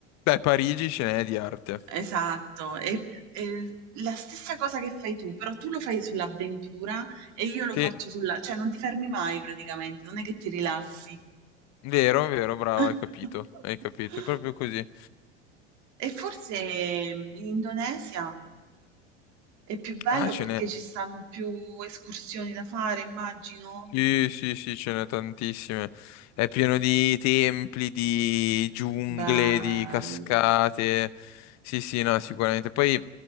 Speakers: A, on the left; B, on the right.
A: Beh, Parigi ce n'è di arte.
B: Esatto, è, è la stessa cosa che fai tu, però tu lo fai sull'avventura e io lo
A: Sì,
B: faccio sulla... cioè non ti fermi mai praticamente, non è che ti rilassi.
A: vero, vero, bravo,
B: <laughs>
A: hai capito, hai capito, è proprio così.
B: E forse in Indonesia è più bello
A: Ah, ce
B: perché
A: n'è.
B: ci stanno più escursioni da fare, immagino.
A: Sì, sì, sì, ce n'è tantissime. È pieno di templi, di giungle,
B: Bello.
A: di cascate. Sì, sì, no, sicuramente. Poi,